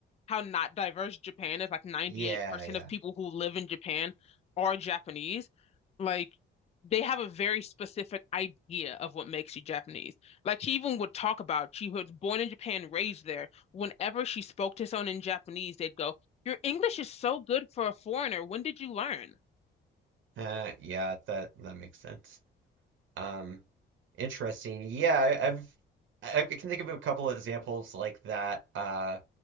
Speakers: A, on the left; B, on the right.
A: how not diverse Japan is, like 98%
B: Yeah, yeah.
A: of people who live in Japan are Japanese. Like they have a very specific idea of what makes you Japanese. Like she even would talk about she was born in Japan, raised there. Whenever she spoke to someone in Japanese, they'd go, "Your English is so good for a foreigner. When did you learn?"
B: Uh, yeah, that that makes sense. Um, interesting. Yeah, I, I've I I can think of a couple of examples like that. Uh,